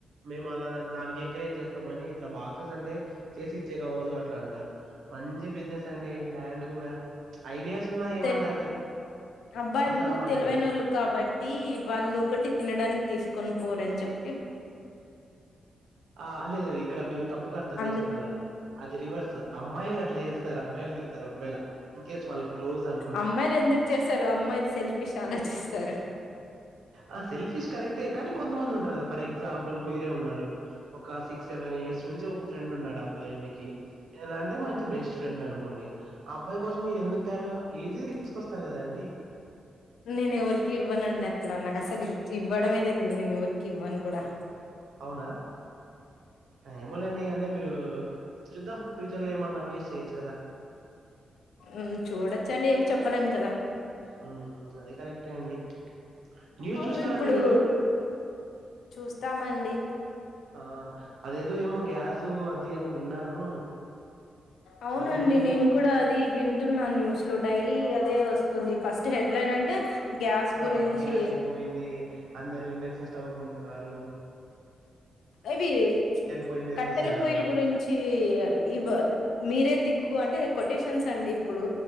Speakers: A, on the right; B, on the left.
A: మే మలాగ దానికి ఎంకరేజ్ చేస్తాము గాని అట్లా బాక్సెస్ అంటే చేసిచ్చే కవ్వదు అట్లా అంటారు మంచి బిజినెస్ అండి ల్యాండ్ కూడా ఐడియాస్ స్తున్నా ఏమంటారు
B: తెల్ అబ్బాయిలు
A: తెలుసా మనకి
B: తెలివైనోళ్ళు కాబట్టి వాళ్ళు ఒకటి తినడానికి తీసుకొని పోరని చెప్పు
A: ఆ లేదు ఇక్కడ మీరు తప్పుగా అర్థం
B: అందు
A: చేసుకుంటారా అది రివర్స్ అమ్మాయిలు అట్ల చేస్తారు అబ్బాయిలకి ఇస్తారు ఒకవేళ ఇన్ కేస్ వాళ్ళ క్లోజ్ అనుకుంటే
B: అమ్మాయిలు ఎందుకు చేస్తారు అమ్మాయిలు సెల్ఫిష్ ఆలోచిస్తారు
A: ఆ సెల్ఫిష్ కరెక్టే కానీ కొంత మంది ఉంటరు కదా ఫర్ ఎగ్జాంపుల్ మీరే ఉన్నారు ఒక సిక్స్ సెవెన్ ఇయర్స్ నుంచి ఒక ఫ్రెండ్ ఉన్నాడు అబ్బాయి మీకి ఎలా అంటే మంచి బెస్ట్ ఫ్రెండ్ అనుకోండి ఆ అబ్బాయి కోసం మీరు ఎందుకు తారు ఈజీగా తీసుకొస్తారు కదండి.
B: నేను ఎవరికి ఇవ్వనండి అట్లా నాకు అసలు ఇవ్వడమే తెలీదు నేను ఎవరికి ఇవ్వను కూడా
A: అవునా ఏమోలేండి అంటే మీరు చూద్దాం ఫ్యూచర్ లో ఏమన్నా ఫేస్ చేయొచ్చు కదా
B: హ్మ్ చూడొచ్చండి ఏం చెప్పలేం కదా
A: మ్మ్ అది కరెక్టే అండి న్యూస్
B: అవును
A: చూస్తారండి
B: ఇప్పుడు
A: మీరు
B: చూస్తామండి
A: ఆ అదేదో ఏమో గ్యాసు అది అని విన్నాను
B: అవునండి
A: అది మీకే
B: నేను కూడా అది వింటున్నా న్యూస్ లో డైలీ అదే వస్తుంది ఫస్ట్ హెడ్ లైన్ అంటే గ్యాస్
A: ఆ
B: గురించి
A: గ్యాస్ అయిపోయింది అందరూ ఇండక్షన్ స్టవ్ కొంటు మారు
B: ఇవి
A: పొయ్యి మీద
B: కట్టెల
A: చేస్తున్నారు
B: పొయ్యల గురించి ఇ మీరే దిక్కు అంటే కొటేషన్స్ అండి ఇప్పుడు